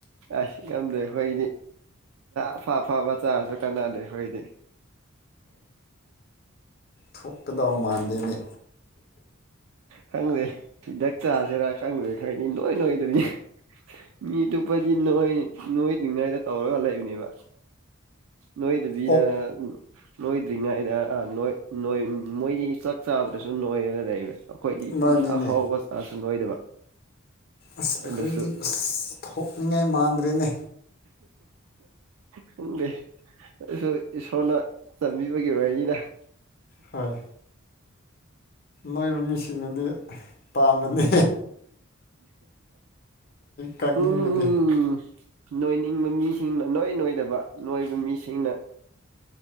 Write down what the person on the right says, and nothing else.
ꯑꯁ ꯉꯝꯗꯦ ꯑꯩꯈꯣꯏꯒꯤꯗꯤ ꯑꯐꯥ ꯑꯐꯕꯥ ꯆꯥꯔꯁꯨ ꯀꯥꯟꯅꯗꯦ ꯑꯩꯈꯣꯏꯗꯤ <inaudible>
ꯈꯪꯗꯦ ꯍꯤꯗꯥꯛ ꯆꯥꯁꯤꯔꯥ ꯈꯪꯗꯦ ꯈꯅꯤ ꯏꯅꯣꯏ ꯅꯣꯏꯗꯕꯤ ꯃꯤ ꯇꯣꯞꯄꯗꯤ ꯅꯣꯏ ꯅꯣꯏꯗ꯭ ꯉꯥꯏꯔꯦ ꯇꯧꯔꯒ ꯂꯩꯕꯅꯦꯕ ꯅꯣꯏꯗꯕꯤꯅ
ꯅꯣꯏꯗ꯭ꯔꯤꯉꯩꯗ ꯅꯣꯏ ꯃꯣꯏꯗꯤ ꯆꯥꯛ ꯆꯥꯗ꯭ꯔꯁꯨ ꯅꯣꯏꯔꯒ ꯂꯩꯕ ꯑꯩꯈꯣꯏꯗꯤ
ꯑꯍꯥꯎꯕ ꯆꯥꯁꯨ ꯅꯣꯏꯗꯕ
ꯑꯗꯨꯁꯨ
ꯈꯡꯗꯦ ꯑꯩꯁꯨ ꯏꯁꯣꯔꯅ ꯆꯥꯟꯕꯤꯕꯒꯤ ꯑꯣꯏꯅꯤꯗ <inaudible>
ꯎꯝ ꯅꯣꯏꯅꯤꯡꯕ ꯃꯤꯁꯤꯡꯅ ꯁꯨꯡꯅꯣꯏ ꯅꯣꯏꯗꯕ ꯅꯣꯏꯕ ꯃꯤꯁꯤꯡꯅ